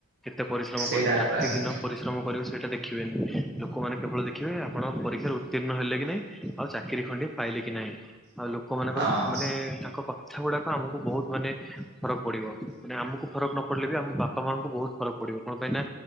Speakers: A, in the centre; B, on the right.
A: କେତେ ପରିଶ୍ରମ
B: ସେଇଟା
A: କରୁଛନ୍ତି ରାତି
B: ପରା ଆଜ୍ଞା।
A: ଦିନ ପରିଶ୍ରମ କରିବ ସେ ସେଟା ଦେଖିବେନି ଲୋକମାନେ କେବଳ ଦେଖିବେ ଆପଣ ପରୀକ୍ଷାରେ ଉତ୍ତୀର୍ଣ୍ଣ ହେଲେ କି ନାଇଁ ଆଉ ଚାକିରି ଖଣ୍ଡିଏ ପାଇଲେ । କି ନାଇଁ ଆଉ ଲୋକ ମାନଙ୍କର
B: ହଁ
A: ମାନେ ତାଙ୍କ କଥା ଗୁଡାକ ଆମକୁ ବହୁତ ମାନେ । ଫରକ୍ ପଡ଼ିବ ମାନେ ଆମକୁ ଫରକ୍ ନ ପଡ଼ିଲେ ବି ଆମ ବାପା ମାଆଙ୍କୁ ବହୁତ ଫରକ୍ ପଡ଼ିବ କଣ ପାଇଁ ନା